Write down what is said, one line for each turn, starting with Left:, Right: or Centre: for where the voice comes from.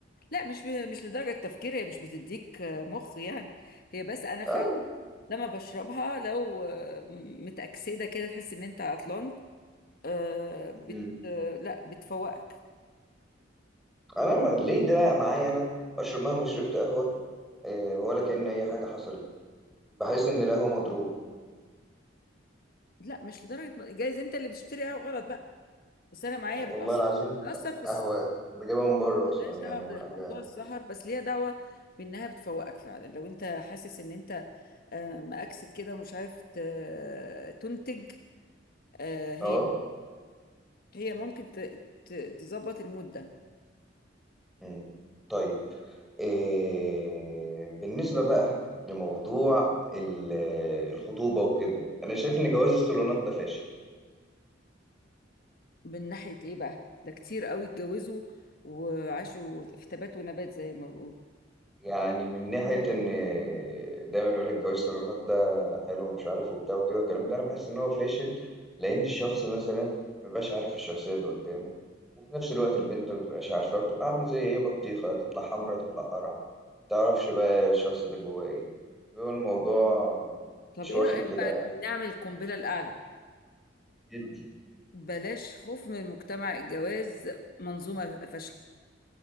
Left: لا مش ب- مش لدرجه تفكير هي مش بتديك آه، مخ يعني هي بس انا فعلا
Centre: آه.
Left: لما بشربها لو آه، متأكسدة كده تحس ان انت عطلان آه بت
Centre: مم.
Left: آه لا بتفوقك
Centre: انا ما... ليه ده بقى معايا انا اشرب مهما شربت قهوه إيه، ولا كأن اي حاجه حصلت بحس ان القهوه مضروبه
Left: لا مش لدرجه م- جايز انت اللي بتشتريها غلط بقى بس انا معايا
Centre: والله
Left: بتاثر
Centre: العظيم
Left: بتاثر
Centre: لا
Left: في السهر
Centre: قهوه بجيبها من بره اصلا
Left: ملهاش دعوه
Centre: يعني وحاجه
Left: بموضوع السهر
Centre: كويسه
Left: بس ليها دعوه بانها بتفوقك فعلا لو انت حاسس ان انت آه مأكسد كده ومش عارف ت- تنتج آه هي
Centre: اه
Left: هي ممكن ت- ت- تظبط المود ده
Centre: مم. طيب إيه... بالنسبه بقى لموضوع ال- الخطوبه وكده انا شايف ان جواز الصالونات ده فاشل
Left: من ناحيه ايه بقى ده كتير قوي اتجوزوا وعاشوا في تبات ونبات زي ما بقول
Centre: يعني من ناحية إن دايما يقول لك جواز الطالونات ده حلو ومش عارف وبتاع وكده والكلام ده أنا بحس إن هو فاشل لأن الشخص مثلا مبيبقاش عارف الشخصية اللي قدامه وفي نفس الوقت البنت مبتبقاش عارفة بتبقى عاملة زي إيه بطيخة تطلع حمرا تطلع قرعة متعرفش بقى الشخص ده جواه إيه بيبقى الموضوع
Left: طب
Centre: مش
Left: ايه
Centre: واخد
Left: رأيك
Centre: كده
Left: بقى نعمل القنبله الاعلى
Centre: جدي
Left: بلاش خوف من مجتمع الجواز منظومة فاشلة